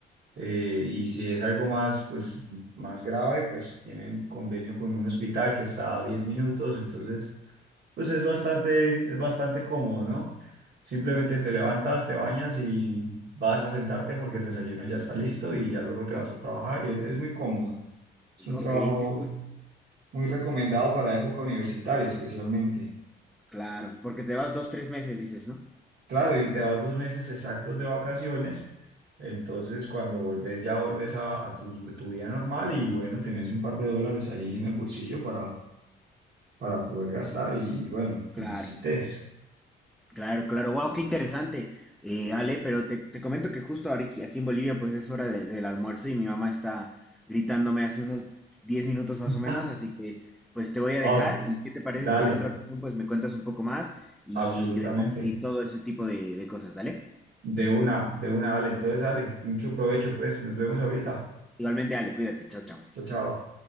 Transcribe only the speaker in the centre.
Ajá.
Ok,
qué cool.
Claro, porque te vas dos, tres meses, dices, ¿no?
Claro.
Claro, claro, wow, qué interesante, eh, Ale, pero te, te comento que justo ahora aquí aquí en Bolivia pues es hora de- del almuerzo y mi mamá está gritándome hace unos 10 minutos más
o menos,
así que pues te voy a
dejar y qué te parece
si en otra ocasión pues me cuentas un poco más y,
de- y todo ese tipo de, de cosas, dale.
Igualmente, Ale, cuídate, chao, chao.